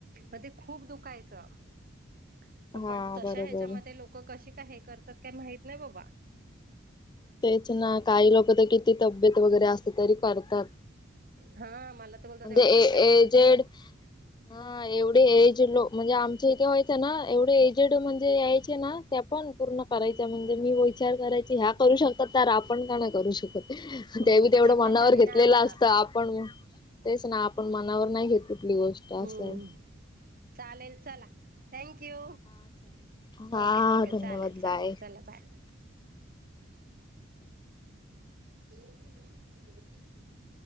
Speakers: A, on the right (about 45°); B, on the left (about 20°).
A: मग ते खूप दुखायचं
B: हा
A: पण तशा
B: बरोबर
A: ह्याच्यामध्ये लोक कशे का हे करतात काय माहित नाही बाबा
B: तेच ना काही लोक तर किती तब्येत वगैरे असते तरी करतात
A: हा मला तर बोलतात
B: म्हणजे
A: एवढी तब्येत
B: एजेड
A: पण नसे
B: हा एवढे एज लोक म्हणजे आमच्या इथे एवढे एजेड म्हणजे यायचे ना त्या पण पूर्ण कराय म्हणजे मी विचार करायची ह्या करू शकतात तर आपण का नाही करू शकत.
A: हो
B: ते मी
A: पण
B: तेवढं
A: आपल्याच्याने
B: मनावर घेतलेलं
A: नाही होणार
B: असता पण तेच ना आपण मनावर नाय घेत कुठली गोष्ट
A: हम्म
B: असय
A: चालेल चला थँक यू
B: हा
A: ओके ओके
B: धन्यवाद
A: चालेल चालेल
B: बाय
A: चला बाय. <inaudible>